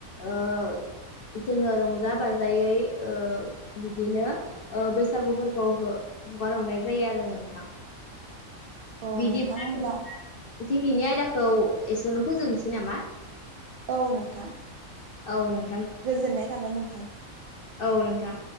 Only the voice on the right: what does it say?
औ
नोंथां होमब्ला
औ नोंथां।
गोजोननाय थाबाय नोंथांसिम।